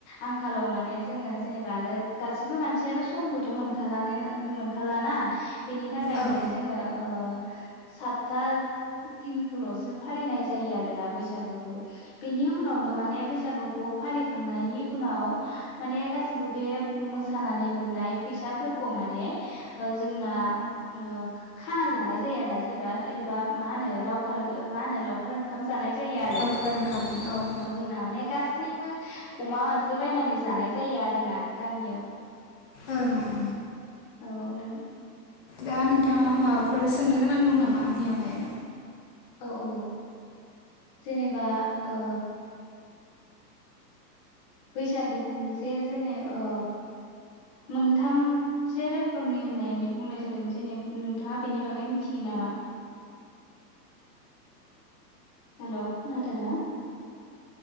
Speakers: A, on the left; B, on the left.
A: आंखालाव माने जोङो जेनेबा आरो गासैबो बो मानसियानो समबोथ' मोनखालनो मोनखालाना बेनि थाखाय
B: औ
A: माने जोङो ओ सातथा दिनखौल'सो फालिनाय जायो आरोना बैसागोखौ बेनि उनावनो माने बैसागुखौ फालिखांनायनि उनाव माने गासिबो बे मोसानानै मोननाय फैसाफोरखौ माने ओ जोंना ओ खाना जानाय जायो आरो ना जेनेबा एबा मा होनो लावखार मा होनो लावखार खार ओंखाम जानाय जायो आरो
B: लावखार ओंखाम औ ओं
A: जोंना माने गासैबो अमा मासे बायनानै जानाय जायो आरो ना गामियाव।
B: ओं ओं।
A: औ नों
B: दा नोंथाङा माबाफोर सोंनो गोनां दं नामा आंनियावहाय?
A: औ औ जेनेबा ओ बैसागुखौ जे जेने ओ मोनथाम से रोखोमनि होननायनै बुंनाय जादों जेने नोंथाङा बेनि बागै मिथियो नामा? हेल' खोनादोंना?